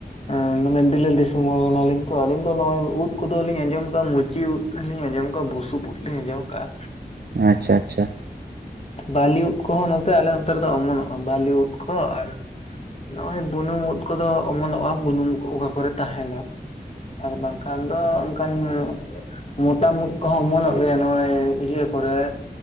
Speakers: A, on the left; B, on the right.
A: ᱮᱸ ᱢᱟᱱᱮ ᱵᱤᱞᱟᱹᱛ ᱫᱤᱥᱚᱢ ᱦᱚᱲ ᱠᱟᱱᱟᱞᱤᱧ ᱛᱚ ᱟᱹᱞᱤᱧ ᱫᱚ ᱱᱚᱜᱼᱚᱭ ᱩᱫᱽ ᱠᱚᱫᱚᱞᱤᱧ ᱟᱸᱡᱚᱢ ᱟᱠᱟᱜᱟ ᱢᱩᱪᱤ ᱩᱫ ᱟᱦᱞᱤᱧ ᱟᱸᱡᱚᱢ ᱠᱟ ᱵᱩᱥᱩᱵ ᱩᱫ ᱞᱤᱧ ᱟᱸᱡᱚᱢ ᱠᱟᱜᱼᱟ ᱾
B: ᱟᱪᱷᱟ ᱪᱷᱟ ᱾
A: ᱵᱟᱹᱞᱤ ᱩᱫ ᱠᱚᱦᱚᱸ ᱱᱚᱛᱮ ᱟᱞᱮ ᱚᱱᱛᱮ ᱨᱮᱫᱚ ᱚᱢᱚᱱᱚᱜᱼᱟ ᱵᱟᱹᱞᱤ ᱩᱫ ᱠᱚ ᱟᱨ ᱱᱚᱜ ᱚᱭ ᱵᱩᱱᱩᱢ ᱩᱫ ᱠᱚᱫᱚ ᱚᱢᱚᱱᱚᱜᱼᱟ ᱵᱩᱱᱩᱢ ᱚᱠᱟ ᱠᱚᱨᱮ ᱛᱟᱸᱦᱮᱱᱟ ᱾ ᱟᱨ ᱵᱟᱝᱠᱷᱟᱱ ᱫᱚ ᱚᱱᱠᱟᱱ ᱢᱚᱛᱟᱢ ᱩᱫ ᱠᱚᱦᱚᱸ ᱚᱢᱚᱱᱚᱜ ᱜᱮᱭᱟ ᱱᱚᱜᱼᱚᱭ ᱤᱭᱟᱹ ᱠᱚᱨᱮ